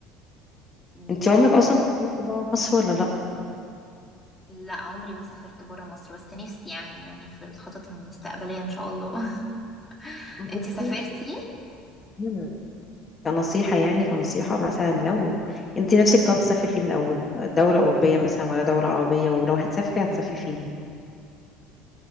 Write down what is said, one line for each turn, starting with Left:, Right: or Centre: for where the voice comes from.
Centre: مم.
Left: انت عمرك أصلا سافرتي برا مصر ولا لأ؟
Centre: لا عمري ما سافرت برا مصر بس نفسي يعني يعني في الخطط المستقبلية ان شاء الله <laughs>
Left: بصي
Centre: انتي سافرتي
Left: مم. كنصيحة يعني كنصيحة مثلا لو انت نفسك طب تسافري فين الأول دولة أوروبية مثلا ولا دولة عربية ولو هتسافري هتسافري فين